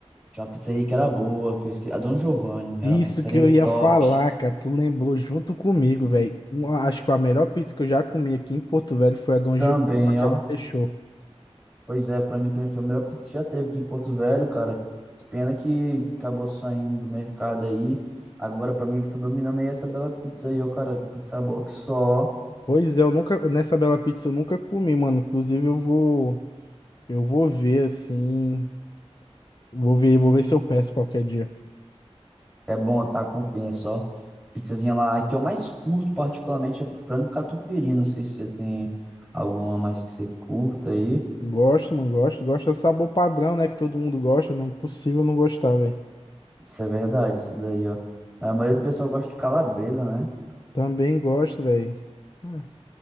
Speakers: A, in the centre; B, on the left.
A: tinha uma pizzaria que era boa, que eu esqueci. A Dom Giovanni.
B: Isso
A: Era uma pizzaria
B: que eu ia
A: top.
B: falar, cara. Tu lembrou junto comigo, velho. Uma- Acho que a melhor pizza que eu já comi aqui em Porto Velho foi a Dom
A: Também,
B: Giovanni, só que
A: ó.
B: ela fechou.
A: Pois é, pra mim também foi a melhor pizza que já teve aqui em Porto Velho, cara. Que pena que acabou saindo do mercado aí. Agora, pra mim, é que tá dominando aí essa bela pizza aí, ó, cara. Pizza boa que só.
B: Pois é, eu nunca, nessa Bela Pizza eu nunca comi, mano. Inclusive eu vou, eu vou ver assim, vou ver, vou ver se eu peço qualquer dia.
A: É bom, tá? Compensa, ó. Pizzazinha lá, a que eu mais curto, particularmente, é frango catupiry. Não sei se você tem alguma mais que você curta aí.
B: Gosto, mano, gosto. Gosto é o sabor padrão, né, que todo mundo gosta, né? Impossível não gostar, velho.
A: Isso é verdade, isso daí, ó. A maioria do pessoal gosta de calabresa, né?
B: Também gosto, velho. É.